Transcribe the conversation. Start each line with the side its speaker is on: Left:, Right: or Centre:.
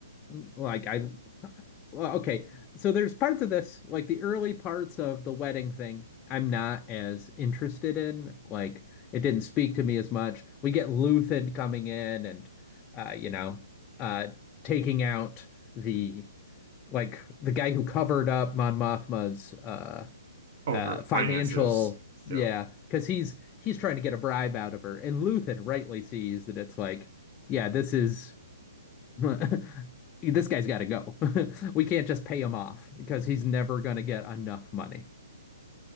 Left: Like I, Well, okay. So there's parts of this, like the early parts of the wedding thing, I'm not as interested in. Like it didn't speak to me as much. We get Luthen coming in and uh, you know, uh taking out the like the guy who covered up Mon Mothma's uh
Right: Oh,
Left: uh
Right: her finances.
Left: financial yeah,
Right: Yeah.
Left: because he's he's trying to get a bribe out of her. And Luthen rightly sees that it's like, yeah, this is <laughs> This guy's got to go. <laughs> We can't just pay him off because he's never going to get enough money.